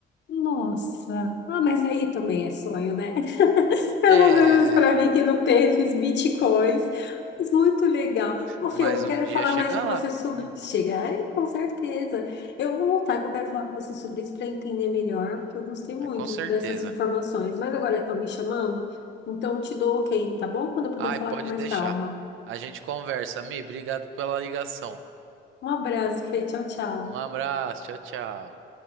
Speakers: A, on the left; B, on the right.
A: Nossa, ah, mas aí também é sonho, né? <laughs> Pelo
B: É,
A: menos para mim que não tem esses bitcoins. Mas muito legal. Ô,
B: mas
A: Fê, eu quero
B: um dia
A: falar
B: chegar
A: mais com
B: lá.
A: você sobre.
B: Hum,
A: Chega aí, com certeza. Eu vou voltar que eu quero falar com você sobre isso para entender melhor, porque eu gostei muito
B: é com certeza.
A: dessas informações. Mas agora estão me chamando, então eu te dou ok, tá bom? Quando eu puder
B: Ai,
A: falar
B: pode
A: com mais
B: deixar.
A: calma.
B: A gente conversa, Mi. Obrigado pela ligação.
A: Um abraço, Fê. Tchau, tchau.
B: Um abraço. Tchau, tchau.